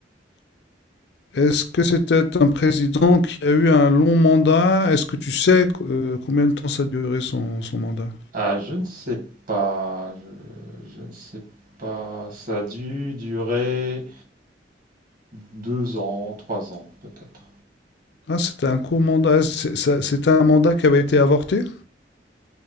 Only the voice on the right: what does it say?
Ah, je ne sais pas, je, je ne sais pas. Ça a dû durer deux ans, trois ans peut-être.